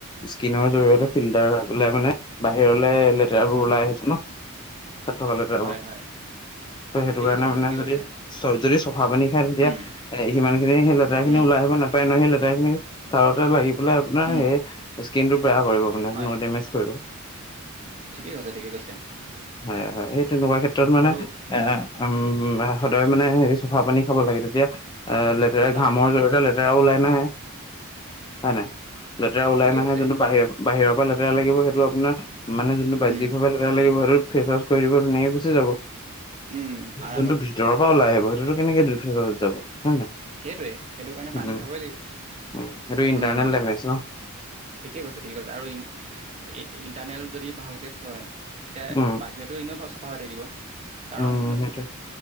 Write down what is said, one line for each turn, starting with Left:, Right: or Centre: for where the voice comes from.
Left: স্কিনৰ জৰিয়তে
Right: উম
Left: ফিল্টাৰ হৈ পেলাই মানে বাহিৰলৈ লেতেৰাবোৰ
Right: উম
Left: ওলাই আহিছে ন'? তাত থকালৈ লেতেৰা
Right: হয়
Left: হ'ব।
Right: হয়
Left: ত' সেইটো
Right: ঠিকেই
Left: কাৰণে
Right: কৈছে
Left: মানে
Right: ঠিকেই
Left: যদি
Right: কৈছে
Left: চ যদি ভাত পানী খাই তেতিয়া
Right: উম
Left: এ, সিমানখিনি সেই লেতেৰাখিনি
Right: উম
Left: ওলাই আহিব নাপায় নহয়, সেই লেতেৰাখিনি চাৰতে লাগি বোলা আপোনাৰ
Right: উম
Left: হেৰি স্কিনটো বেয়া কৰিব মানে
Right: হয়
Left: ল' ডেমেজ কৰিব।
Right: ঠিকেই কৈছে। ঠিকে কৈছে।
Left: হয় হয়। সেই তেনেকুৱা ক্ষেত্ৰত মানে
Right: আৰু
Left: এ, উম, সদায় মানে হেৰি চফা পানী খাব লাগে, তেতিয়া এ, লেতেৰা
Right: হয়
Left: ঘামৰ জৰিয়তে লেতেৰাও ওলাই নাহে। হয় নাই? লেতেৰা ওলাই
Right: ঠিকেই
Left: নাহে
Right: কৈছে
Left: যোনটো বাহিৰ বাহিৰৰ পৰা লেতেৰা লাগিব সেইটো আপোনাৰ মানে যোনটো বাইজ্জিক
Right: উম
Left: বাবে লেতেৰা লাগিব সেইটো ফেছৱাছ কৰি দিব ধুনীয়াকে গুচি যাব।
Right: উম আৰামত
Left: যোনটো ভিতৰৰ পৰা ওলাই আহিব সেইটো কেনেকে দুৰ্গেশ্বত যাব? হয় নাই
Right: সেইটোৱেই। সেইটো কাৰণে
Left: উম
Right: পানী খাবই লাগিব।
Left: উম সেইটো ইণ্টাৰনেল
Right: উম,
Left: ডেমেজ ন
Right: ঠিকে কৈছে। ঠিকে কৈছে। আৰু ইন ইন্টাৰনেল যদি ভালকে থয় তেতিয়া
Left: উম
Right: বাহিৰতো এনেও চাফা হৈ থাকিব। কাৰণ
Left: উম সেইটোৱে